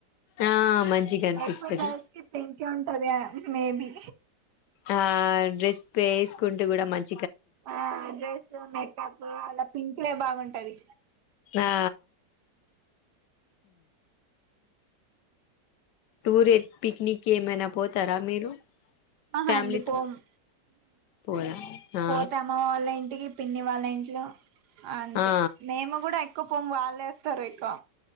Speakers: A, on the left; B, on the right.
A: ఆ మంచిగా అనిపిస్తది
B: ఎక్కువ గర్ల్స్ కి పింక్కే ఉంటది మెబ్బి
A: ఆ డ్రెస్ వేసుకుంటే కూడా మంచి
B: ఆ డ్రెస్ మేకప్ అలా పింకే బాగుంటది
A: ఆ టూర్ ఏ పిక్నిక్ ఏమైనా పోతారా మీరు
B: ఆహ
A: ఫ్యామిలీతో
B: అండి పోము
A: పోయా ఆ
B: పోతే అమ్మ వాళ్ళ ఇంటికి పిన్ని వాళ్ళ ఇంట్లో అంతే
A: ఆ
B: మేము కూడా ఎక్కువ పోము వాళ్ళేస్తారు ఎక్కువ